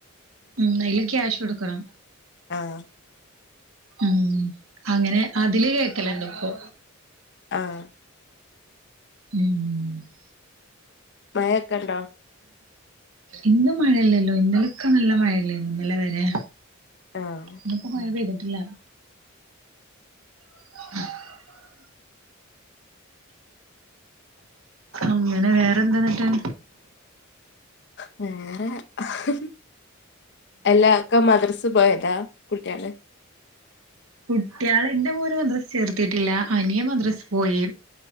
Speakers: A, on the right (about 85°); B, on the left (about 55°).
A: ഉം അയില് ക്യാഷ് കൊടുക്കണം
B: ആഹ്
A: ഉം.. അങ്ങനെ അതില് ക്കലണ്ട്പ്പൊ.
B: ആഹ
A: ഉം
B: മഴക്കെണ്ടോ?
A: ഇന്ന് മഴല്ലല്ലോ ഇന്നലൊക്കെ നല്ല മഴല്ലേ ന്നോ ഇന്നലെ വരെ?
B: ആഹ്
A: ഇന്ന്പ്പം മഴ പെയ്തിട്ടില്ല <inaudible> അങ്ങനെ വേറെന്താന്ന്ട്ട്?
B: <unintelligible> എല്ലാ ക്ക മദ്രസ് പോയതാ കുളിക്കാതെ.
A: കുട്ട്യാള് ഇന്റെ മോനെ മദ്രസ് ചേർത്തിട്ടില്ല അനിയൻ മദ്രസ് പോയി